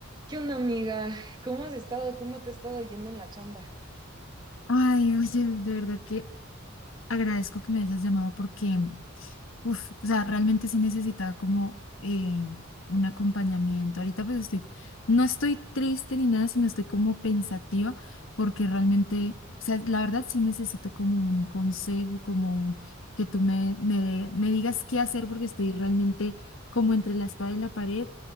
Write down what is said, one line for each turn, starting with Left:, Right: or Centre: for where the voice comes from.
Right: ¿Qué onda, amiga? ¿Cómo has estado? ¿Cómo te ha estado yendo en la chamba?
Left: Ay, oye, de verdad que agradezco que me hayas llamado porque, mm, Uf, o sea, realmente sí necesitaba como eh, un acompañamiento. Ahorita pues estoy, no estoy triste ni nada, sino estoy como pensativa porque realmente, o sea, la verdad sí necesito como un consejo, como un- que tú me, me, de- me digas qué hacer porque estoy realmente como entre la espada y la pared